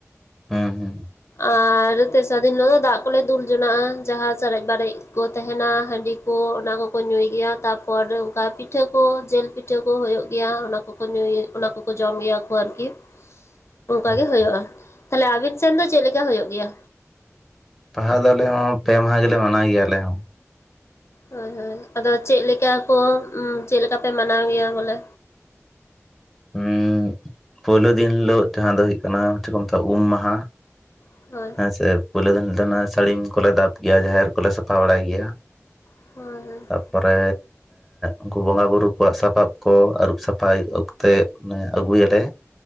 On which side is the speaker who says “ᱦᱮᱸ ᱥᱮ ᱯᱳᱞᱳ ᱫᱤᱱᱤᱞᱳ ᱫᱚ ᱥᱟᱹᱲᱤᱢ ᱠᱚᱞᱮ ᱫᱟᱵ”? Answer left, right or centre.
Centre